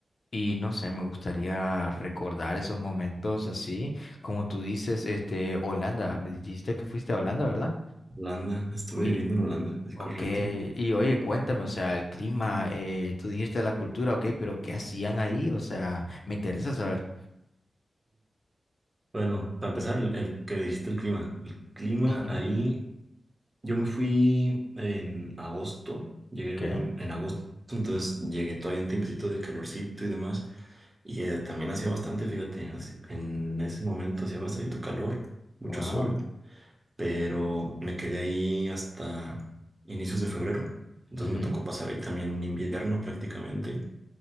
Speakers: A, on the left; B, on the right.
A: Y no sé, me gustaría recordar esos momentos así, como tú dices, este, Holanda, me dijiste que fuiste a Holanda, ¿verdad?
B: Holanda, estuve
A: Oye,
B: viviendo en Holanda, ¿es
A: ok,
B: correcto?
A: y oye, cuéntame, o sea, el clima, eh, tú dijiste la cultura, ok, pero ¿qué hacían ahí? O sea, me interesa saber.
B: Bueno, para empezar, el, el que me dijiste el clima. El clima
A: Ujú,
B: ahí, yo me fui en agosto, llegué
A: ok,
B: un- en agosto, entonces llegué todavía en tiempecito de calorcito y demás, y eh, también hacía bastante, fíjate, así- en ese momento hacía bastante calor, mucho
A: wow,
B: sol, pero me quedé ahí hasta inicios de febrero, entonces
A: ujú,
B: me tocó pasar ahí también invierno prácticamente